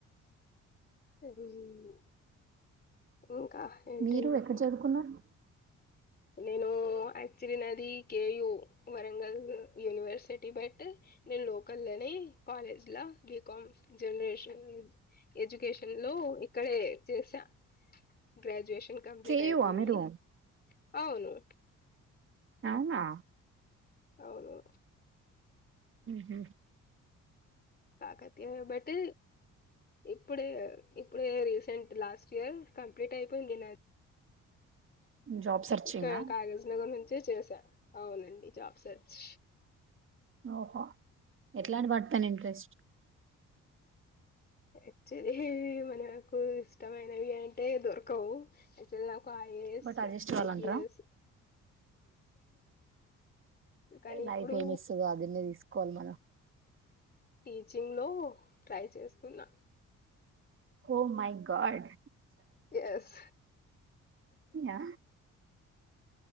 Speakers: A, on the left (about 30°); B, on the right (about 40°).
A: హ్మ్ ఇంకా ఏంటండి
B: మీరు ఎక్కడ చదువుకున్నారు
A: నేను యాక్చులీ నాది కేయూ వరంగల్ యూనివర్సిటీ బట్ నేను లోకల్లోని కాలేజ్ బీకామ్ జనరేషన్ ఎడ్యుకేషన్ లో ఇక్కడే చేసా గ్రాడ్యుయేషన్ కంప్లీట్
B: కేయు
A: అయిపోయింది
B: ఆ మీరు
A: అవును
B: అవునా
A: అవును
B: హ
A: తాకతయ బట్ ఇప్పుడే ఇప్పుడే రీసెంట్ లాస్ట్ ఇయర్ కంప్లీట్ అయిపోయింది నాది
B: జాబ్ సర్చింగా
A: ఇక్కడ కాలెజ్ నగర్ నుంచి చే చేసా అవునండి జాబ్ సెర్చ్
B: ఓహో ఎట్లాంటి పడతాను ఇంట్రెస్ట్
A: యాక్చువల్లీ మనకు ఇష్టమైనవి అంటే దొరకవు క్చువల్ నాకు ఐఏఎస్
B: బట్ అడ్జస్ట్ కావాలంటారా
A: ఐపిఎస్ కానీ
B: లైఫ్
A: ఇప్పుడు
B: ఏమి ఇస్తు అదన్నే తీసుకు కోల్ మన
A: టీచింగ్ లో ట్రై చేస్తున్నా
B: oh my god
A: yes
B: ya